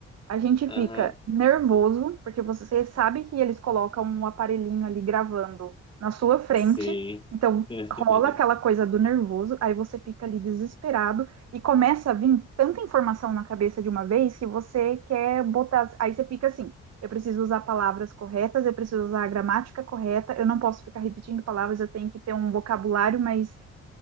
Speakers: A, on the right; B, on the left.
A: A gente
B: Aham,
A: fica nervoso, porque você sabe que eles colocam um aparelhinho ali gravando na sua frente,
B: sim.
A: então
B: <laughs>
A: rola aquela coisa do nervoso, aí você fica ali desesperado e começa a vir tanta informação na cabeça de uma vez que você quer botar. Aí você fica assim: eu preciso usar palavras corretas, eu preciso usar a gramática correta, eu não posso ficar repetindo palavras, eu tenho que ter um vocabulário mais